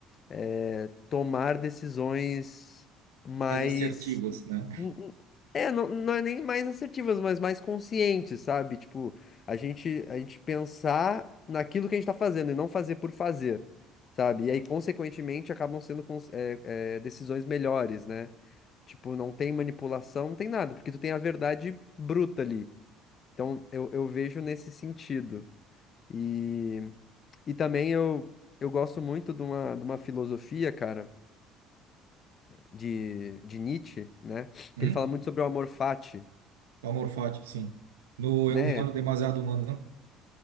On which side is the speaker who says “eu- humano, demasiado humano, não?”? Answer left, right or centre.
Right